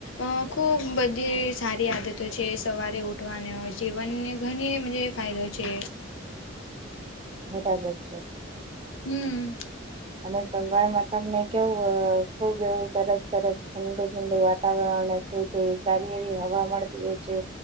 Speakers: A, on the left; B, on the right.
A: અ ખૂબ બધી સારી આદતો છે સવારે ઉઠવાને જીવનને ઘની મજે ફાયદો છે.
B: બરાબર છે.
A: હું,
B: અને સવાર મા, તમને કેવું અ ખુબ એવું સરસ સરસ ઠંડુ ઠંડુ વાતાવરણ તો તે સારી એવી હવા મળે, રોજે